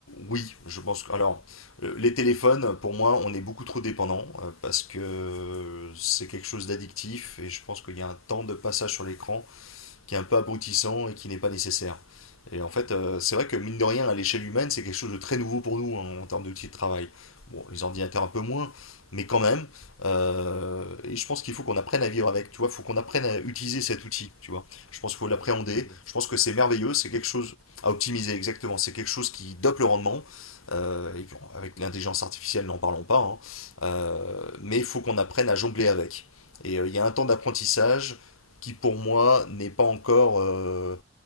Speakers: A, on the left; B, on the left.
A: oui, je pense que... Alors, euh, les téléphones, pour moi, on est beaucoup trop dépendants euh, parce que c'est quelque chose d'addictif et je pense qu'il y a un temps de passage sur l'écran qui est un peu abrutissant et qui n'est pas nécessaire. Et
B: Mhm.
A: en fait, euh, c'est vrai que mine de rien, à l'échelle humaine, c'est quelque chose de très nouveau pour nous hein, en termes d'outils de travail. Bon, les ordinateurs un peu moins, mais quand même. euh, et je pense qu'il faut qu'on apprenne à vivre avec, tu vois. Il faut qu'on apprenne à utiliser cet outil, tu vois. Je pense qu'il faut
B: Bah,
A: l'appréhender.
B: optimiser.
A: Je pense que c'est merveilleux, c'est quelque chose à optimiser, exactement. C'est quelque chose qui dope le rendement. Euh, et puis, avec l'intelligence artificielle, n'en parlons pas. hein. Euh, mais il faut qu'on apprenne à jongler avec. Et euh, il y a un temps d'apprentissage, qui pour moi n'est pas encore euh,